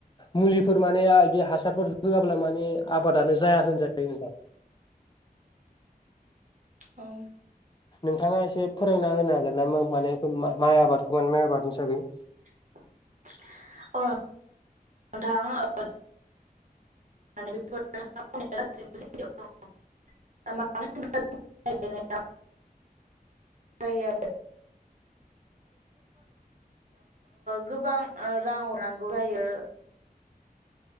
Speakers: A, on the left (about 30°); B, on the right (about 50°).
A: मुलिफोर माने बिदि हासारफोर होयाब्ला माने आबादानो जाया होनजायो नोंथां
B: औ
A: नोंथाङा एसे फोरोंना होनो हागोन ना माने माइ आबादखौ माने माइ आबादनि थाखाय
B: <inaudible>
A: <inaudible>
B: औ नोंथां <unintelligible> <unintelligible> <unintelligible> <unintelligible> बेयाव गोबां रां हरनांगौ जायो।